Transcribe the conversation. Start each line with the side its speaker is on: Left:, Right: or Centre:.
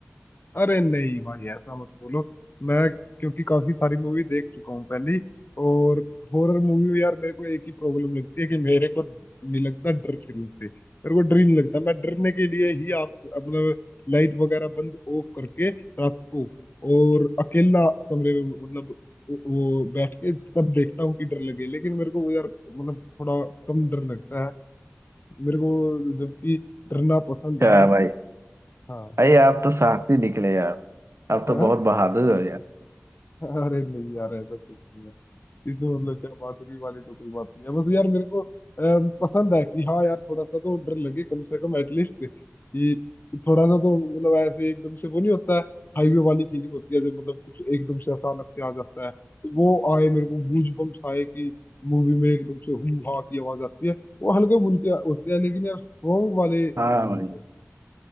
Left: अरे नहीं भाई ऐसा मत बोलो मैं क्योंकि काफी सारी मूवी देख चुका हूँ पहले ही, और हॉरर मूवी में यार मेरे को एक ही प्रॉब्लम लगती है कि मेरे को नहीं लगता डर फिल्म से मेरे को डर ही नहीं लगता मैं डरने के लिए ही आप मतलब लाइट वगैरह बंद ऑफ करके रात को और अकेला कमरे में मतलब वो बैठ के तब देखता हूँ कि डर लगे लेकिन मेरे को वो यार मतलब थोड़ा कम डर लगता है मेरे को जबकि डरना पसंद
Right: हाँ
Left: है
Right: भाई
Left: हाँ
Right: भाई आप तो साहस ही निकले यार आप
Left: हाँ
Right: तो बहुत बहादुर हो यार
Left: अरे नहीं यार ऐसा कुछ नहीं है। इसमें मतलब क्या बहादुरी वाली तो कोई बात नहीं है बस यार मेरे को अम, पसंद है कि हाँ यार थोड़ा सा तो डर लगे कम से कम एटलीस्ट कि थोड़ा सा तो मतलब ऐसे एकदम से वो नहीं होता है हाईवे वाली फीलिंग होती है जब मतलब कुछ एकदम से अचानक से आ जाता है तो वो आए मेरे को गूज बम्स आए कि मूवी में एकदम से हू हा की आवाज आती है वो हल्के फुल्के होते हैं लेकिन यार स्ट्रॉन्ग वाले नहीं
Right: हाँ
Left: मिलते
Right: भाई